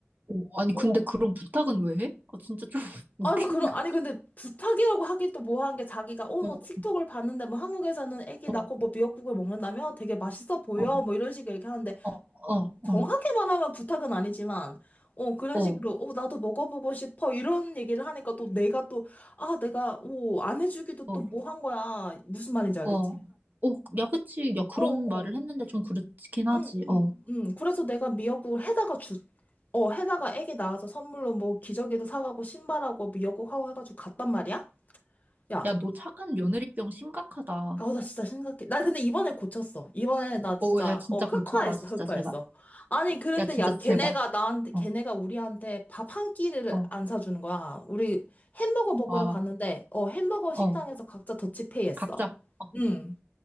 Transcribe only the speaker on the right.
어, 아니,
근데 그런 부탁은 왜 해? 아, 진짜 좀 <laughs> 웃긴다.
어,
어,
어, 어,
어,
어,
어,
어,
어. 어, 야, 그치. 야, 그런
말을 했는데 좀 그렇긴 하지.
어.
야, 너 착한 며느리병 심각하다.
오, 야, 진짜
고쳐라, 진짜,
제발.
야, 진짜,
제발.
어,
어,
와,
어,
각자. 어,